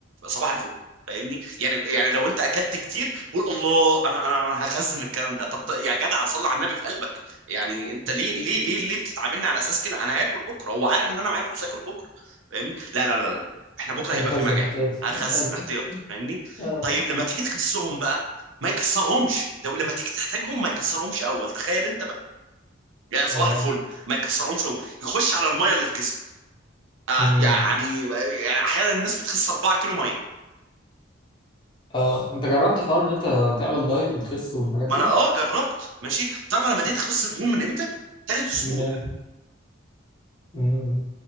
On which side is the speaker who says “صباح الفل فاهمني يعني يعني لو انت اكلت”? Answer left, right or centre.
Right